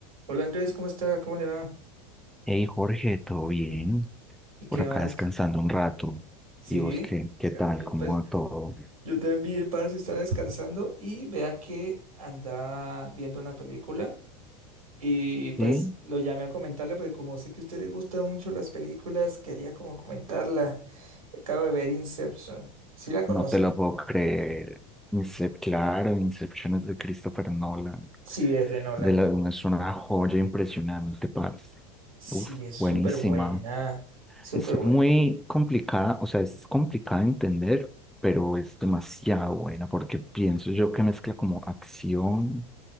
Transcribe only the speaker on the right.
Hola Andrés, ¿cómo está? ¿Cómo le va?
¿Y qué
más?
¿Qué-
Sí,
Ay,
pues
yo te envié, parce, estaba descansando y vea que andaba viendo una película y pues
lo llamé a comentarle porque como sé que a usted le gustan mucho las películas, quería como comentarla. Acabo de ver Inception. ¿Sí la conoce?
Sí, es de Nolan.
Sí,
es súper
buena, súper
buena.